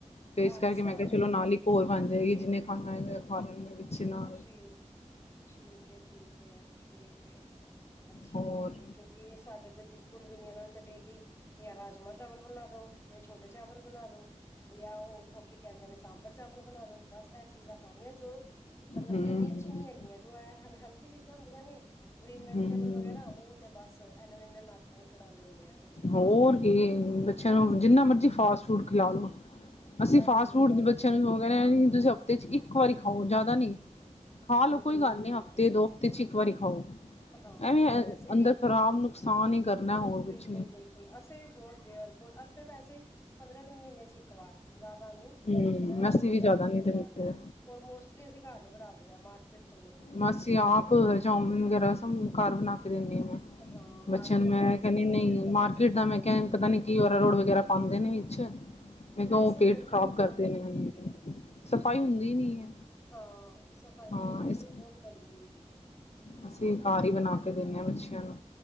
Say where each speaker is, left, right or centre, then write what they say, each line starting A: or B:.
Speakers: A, on the left; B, on the left.
A: ਤੇ ਇਸ
B: ਅੱਛਾ
A: ਕਰਕੇ ਮੈਂ ਕਿਹਾ ਚਲੋ ਨਾਲ ਇੱਕ ਹੋਰ ਬਣ ਜਾਏਗੀ ਜਿੰਨੇ ਖਾਣਾ ਹੋਏਗਾ, ਖਾ ਲੈਣਗੇ ਬੱਚੇ ਨਾ
B: ਠੀਕ, ਠੀਕ ਐ, ਠੀਕ ਐ, ਠੀਕ ਐ ਅੱਛੀ
A: ਹੋਰ
B: ਗੱਲ ਹੈ ਕਿਉਂਕ ਕਿ ਸਾਡੇ ਤੇ ਬਿਲਕੁਲ ਵੀ ਨੀ ਇਹਨਾਂ ਨੂੰ ਤਾਂ ਡੇਲੀ ਜਾਂ ਰਾਜਮਾਂ ਚਾਵਲ ਬਣਾ ਦੋ ਜਾਂ ਛੋਲੇ ਚਾਵਲ ਬਣਾ ਦੋ। ਯਾ ਉਹ ਕੀ ਕਹਿੰਦੇ ਨੇ ਸਾਂਬਰ ਚਾਵਲ ਬਣਾ ਦੋ ਬਸ ਇਹ ਚੀਜ਼ਾਂ ਖਾਣੀਆਂ ਜੋ ਮਤਲਬ
A: ਹੂੰ
B: ਕਿ ਇੰਨੀ ਅੱਛੀ ਨੀ ਹੈਗੀਆਂ ਜੋ ਇਹ ਐ ਐ ਹੈਲਥੀ ਚੀਜ਼ਾਂ ਹੁੰਦੀਆਂ ਨੇ ਗ੍ਰਰੀਨ ਵੈਜੀਟੇਬਲ
A: ਹੂੰ
B: ਵਗੈਰਾ ਉਹ ਤੇ ਬਸ ਇਹਨਾਂ ਨੇ ਇੰਨਾ ਨ ਨੱਕ ਮੂੰਹ ਚੜਾਨੇ ਹੁੰਦੇ ਆ। ਬੱਚਿਆਂ
A: ਹੋਰ
B: ਨੇ
A: ਕੀ ਬੱਚਿਆਂ ਨੂੰ ਜਿੰਨਾ ਮਰਜੀ ਫਾਸਟ ਫੂਡ ਖਿਲਾ ਲੋੋ। ਅਸੀਂ
B: ਬਸ
A: ਫਾਸਟ
B: ਜੀ
A: ਫੂਡ
B: ਬਸ
A: ਬੱਚਿਆਂ ਨੂੰ ਕੈਨੇ ਕੀ ਤੁਸੀਂ ਹਫ਼ਤੇ ਚ ਇੱਕ ਵਾਰੀ ਖਾਓ ਜ਼ਿਆਦਾ ਨਈ। ਖਾ
B: ਹੂੰ
A: ਲੋ ਕੋਈ
B: ਹੂੰ
A: ਗੱਲ
B: ਹੂੰ
A: ਨਈ,
B: ਹੂੰ
A: ਹਫ਼ਤੇ ਦੋ ਹਫ਼ਤੇ ਚ ਇਕ ਵਾਰੀ ਖਾਓ।
B: ਹਾਂ
A: ਐਵੇਂ
B: ਨਹੀਂ ਅਸੀਂ
A: ਅੰਦਰ
B: ਵੀ
A: ਖ਼ਰਾਬ ਨੁਕਸਾਨ ਹੀ ਕਰਨਾ ਹੋਰ ਕੁਛ
B: ਬਿਲਕੁਲ
A: ਨੀ।
B: ਬਿਲਕੁਲ ਅਸੀਂ ਵੀ ਬਹੁਤ ਰੇਅਰ, ਬਹੁਤ ਅਸੀਂ ਤਾਂ ਵੈਸੇ ਹੀ ਪੰਦਰਾਂ ਤਿੰਨ ਮਹੀਨੇ ਚ ਇੱਕ ਵਾਰ ਜ਼ਿਆਦਾ ਨਈ।
A: ਹੂੰ
B: ਪੰਦਰਾਂ ਦਿਨ
A: ਅਸੀਂ
B: ਮਹੀਨਿਆਂ
A: ਵੀ ਜ਼ਿਆਦਾ
B: ਚ
A: ਨਹੀਂ
B: ਇੱਕ
A: ਦਿੰਦੇ।
B: ਵਾਰ ਓਰ ਮੋਸਟਲੀ ਅਸੀਂ ਘਰ ਈ ਬਣਾ ਲਈ ਦਾ ਮਾਰਕੀਟ ਤੋਂ ਨੀ
A: ਮਾਸੀ ਆਪ ਚੌਮਿਨ ਵਗੈਰਾ ਸਭ ਘਰ ਬਣਾ ਕੇ ਦੇਨੀ ਹਾਂ ਮੈਂ
B: ਹਾਂ ਮਾਰਕੀਟ
A: ਬੱਚਿਆਂ ਨੂੰ ਮੈਂ
B: ਦਾ ਅਸੀਂ
A: ਕਹਨੀ
B: ਅਵੋਇਡ
A: ਨਈ ਨਈ
B: ਕਰਦੇ
A: ਮਾਰਕੀਟ
B: ਹਾਂ
A: ਦਾ ਮੈਂ ਕਿਆ ਪਤਾ ਨੀ ਕੀ ਅਰਾਰੋਟ ਵਗੈਰਾ ਪਾਂਦੇ ਨੇ ਵਿੱਚ ਮੈਂ ਕਿਆ
B: ਵੈਸੇ
A: ਓਹ ਪੇਟ
B: ਹੀ ਗੰਦਗੀ
A: ਖ਼ਰਾਬ
B: ਬਹੁਤ
A: ਕਰਦੇ
B: ਹੁੰਦੀ
A: ਨੇ
B: ਹੈ
A: ਸਫ਼ਾਈ ਹੁੰਦੀ ਨੀ ਐ।
B: ਹਾਂ ਸਫ਼ਾਈ
A: ਹਾਂ
B: ਨਹੀਂ ਹੁੰਦੀ
A: ਇਸ
B: ਬਹੁਤ ਗੰਦਗੀ ਹੁੰਦੀ ਹੈ
A: ਅਸੀਂ ਘਰ ਈ ਬਣਾ ਕੇ ਦੇਨੇ ਆਂ ਬੱਚਿਆਂ ਨੂੰ।